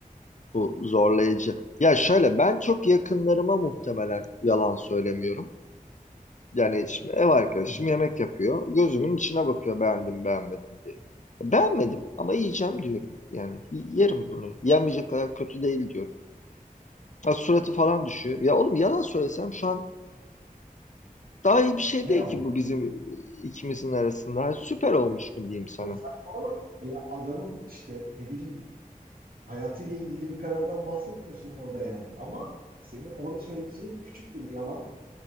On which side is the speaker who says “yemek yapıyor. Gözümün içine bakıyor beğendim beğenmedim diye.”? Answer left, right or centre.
Left